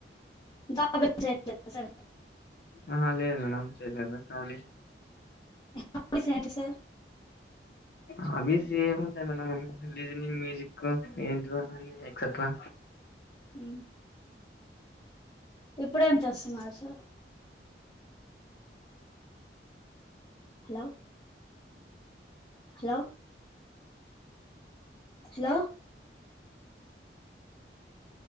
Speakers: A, on the left (about 20°); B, on the left (about 55°).
A: జాబ్ ఏం చేయట్లేదు సార్
B: ఆ లేదు మేడం <unintelligible> కాళీ
A: హాబీస్ ఏంటి సార్
B: హాబీస్ ఏమంటా మేడం లీజనింగ్ మ్యూజిక్ ఏంటి ఎక్సెట్రా
A: ఉ ఇప్పుడేం చేస్తున్నారు sir hello hello hello